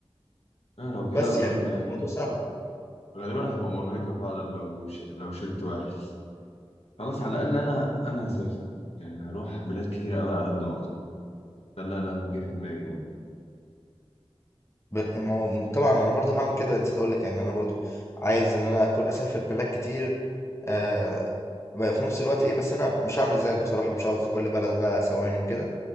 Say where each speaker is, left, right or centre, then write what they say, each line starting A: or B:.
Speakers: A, on the left; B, on the left.
A: آه، لو كده
B: بس
A: اظن
B: يعني
A: آه،
B: الموضوع سهل
A: غالبا هتبقى مرهقه فعلا لو ش... لو شلت واحد خلاص على الاقل انا انا هسافر يعني هروح بلاد كتير قوي على قد ما اقدر لا لا لا بتجي في دماغي يعني
B: ب- ما هو طبعا انا برضو هعمل كده نسيت اقول لك يعني انا برضو عايز ان انا اكون اسافر بلاد كتير آه بقى في نفس الوقت ايه بس انا مش هعمل زيك بصراحة مش هقعد في كل بلد بقى ثواني وكده